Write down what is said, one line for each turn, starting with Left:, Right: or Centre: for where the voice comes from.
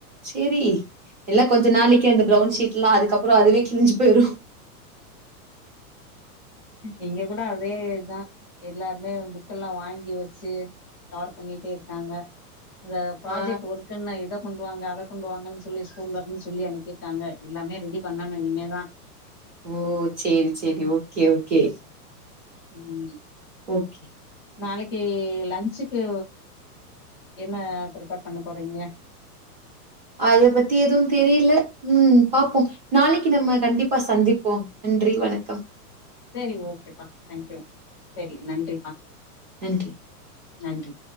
Right: சேரி எல்லாம் கொஞ்ச நாளைக்கு அந்த பிரென்ஷீட்லாம் அக்கப்பறம் அதுவே கிளிஞ்சிப்போகிரும்
Left: இங்க கூட அதே இதான் எல்லாருமே புக்க எல்லாம் வாங்கி வச்சு கவர் பண்ணிட்டே இருக்காங்க அந்த ப்ராஜெக்ட்
Right: ஆ
Left: ஒர்க்ன இத கொண் ண்டு வாங்க அத கொண்டுவாங்கன்னு சொல்லி ஸ்கூல்ல இருந்து சொல்லி அனுப்பிருக்காங்க எல்லாமே ரெடி பண்ணும் இனமே தான்
Right: ஓ சரி சரி ஓகே ஓகே
Left: உம்
Right: ஓகே
Left: நாளைக்கு லன்ச்சுக்கு என்ன ப்ரிப்பேர் பண்ண போறீங்க
Right: அத பத்தி எதுவும் தெரியல உம் பார்ப்போம் நாளைக்கு நம்ம கண்டிப்பா சந்திப்போம் நன்றி வணக்கம்
Left: சரி ஓகேப்பா தேங்க்யூ சரி நன்றிப்பா
Right: நன்றி
Left: நன்றி